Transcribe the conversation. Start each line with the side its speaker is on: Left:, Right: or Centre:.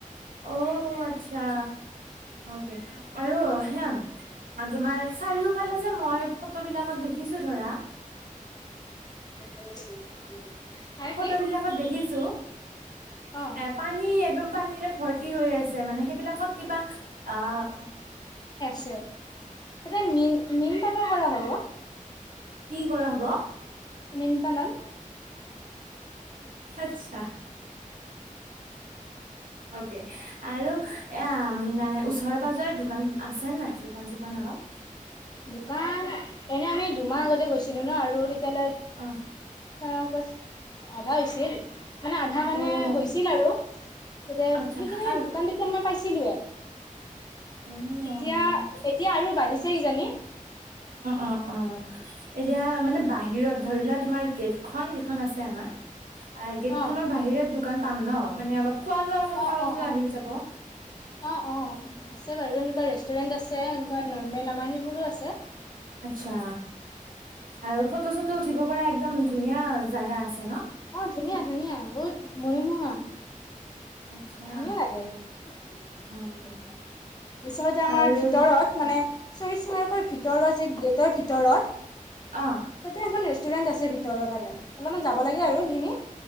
Right: অঁ, আচ্ছা। অকে আৰু হেম তোমাৰ চাৰিওফালে, যে মই ফটো বিলাকত দেখিছো ধৰা।
Left: <unintelligible>
Right: ফটো
Left: কি
Right: বিলাকত দেখিছো
Left: অ
Right: এ পানী একদম পানীৰে। ভৰ্তি হৈ আছে। মানে সেইবিলাকত কিবা আ'।
Left: ছে। এতিয়া মীন মীন পালৰ কৰা হ'ব।
Right: কি কৰা হ'ব?
Left: মীনপালন।
Right: আচ্ছা। অকে আৰু এ মানে ওচৰে পাজৰে দোকান আছেনে নাই? দোকান চোকান অলপ।
Left: দোকান এনে আমি দুমাহ আগতে গৈছিলো ন আৰু। তেতিয়া
Right: অ'
Left: অঁ তো। আধা হৈছিল। মানে আধা মানে
Right: অ'
Left: হৈছিল আৰু। গতিকে
Right: আচ্ছা
Left: সেইখিনি
Right: আৰু
Left: দোকান তেতিয়া মই পাইছিলো।
Right: অ'
Left: এতিয়া এতিয়া আৰু বাঢ়িছে কিজানি।
Right: অ' অ' অ' এতিয়া মানে বাহিৰত ধৰিলোৱা তোমাৰ গেটখন যিখন আছে আমাৰ। আৰু গেট
Left: অ
Right: খনৰ বাহিৰে দোকান। পাম ন মানে অলপ। খোৱা লোৱাৰ কথাওটো
Left: অ অ অ
Right: আহি যাব।
Left: অ অ আছে বাৰু এনেকুৱা ৰেষ্টুৰেণ্ট আছে এনেকুৱা নৰ্মেল আমাৰ সেইবোৰো আছে।
Right: আচ্ছা আৰু ফটো চটো উঠিব পৰা এক্দম ধুনীয়া জাগা আছে ন।
Left: অঁ ধুনীয়া ধুনীয়া বহুত মনোমূহা।
Right: আচ্ছা
Left: ধুনীয়া লাগে একদম তাৰপিছতে
Right: অকে
Left: আমাৰ
Right: আৰু
Left: ভিতৰত মানে। চইছ মাৰ্কৰ ভিতৰৰ যি গেটৰ ভিতৰত।
Right: অ
Left: তাতে এখন। ৰেষ্টুৰেণ্ট আছে ভিতৰৰ ফালে অলপমান যাব লাগে আৰু সেইখিনি।